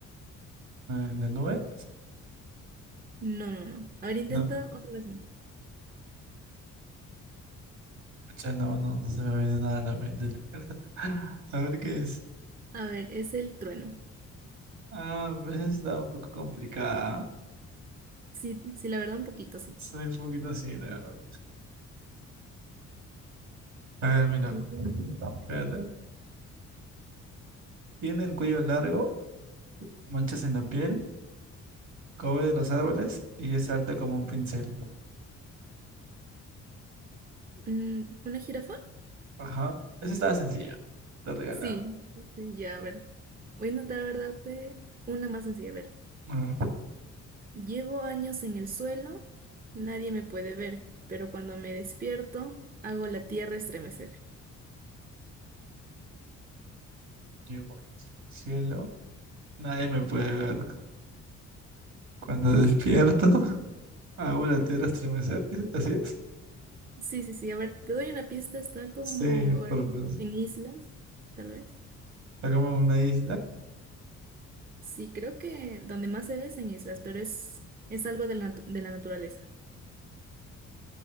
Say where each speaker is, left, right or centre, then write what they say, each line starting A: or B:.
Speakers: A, on the right; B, on the right.
A: ¿En la nube?
B: No, no, no. A ver, intenta
A: No.
B: otra vez más.
A: Pucha, no, no, no se me viene nada a la mente. <laughs> A ver qué es.
B: A ver, es el trueno.
A: Ah, pues esa está un poco complicada. ¿ah?
B: Sí, sí, la verdad, un poquito, sí.
A: Soy un poquito así, la verdad. A ver, mira.
B: Ah,
A: Espérate.
B: ya.
A: Tiene el cuello largo, manchas en la piel, cobre de los árboles y es alta como un pincel.
B: Mm, ¿Una jirafa?
A: Ajá. Esa estaba sencilla, está regalada.
B: Sí. Sí, Ya, a ver. Voy a intentar, ¿verdad? eh, Una más sencilla, a ver.
A: A ver,
B: Llevo años en el suelo, nadie me puede ver, pero cuando me despierto, hago la tierra estremecer.
A: yo voy hacia el cielo. Nadie me puede ver. Cuando despierto, <laughs> hago la tierra estremecer. ¿sí? ¿Así es?
B: Sí, sí, sí, a ver, te doy una pista, está como,
A: Sí,
B: a ver,
A: por- pues,
B: en islas, tal vez.
A: Está como en una isla,
B: Sí, creo que donde más se ve es en islas, pero es, es algo de la, natu- de la naturaleza.